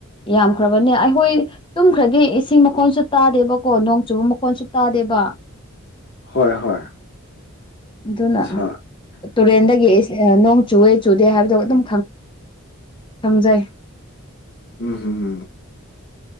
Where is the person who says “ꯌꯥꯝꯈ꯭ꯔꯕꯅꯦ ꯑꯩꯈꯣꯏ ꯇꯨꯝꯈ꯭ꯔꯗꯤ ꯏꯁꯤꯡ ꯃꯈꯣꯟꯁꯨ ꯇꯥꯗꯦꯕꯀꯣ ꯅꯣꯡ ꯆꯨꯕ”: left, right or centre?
Left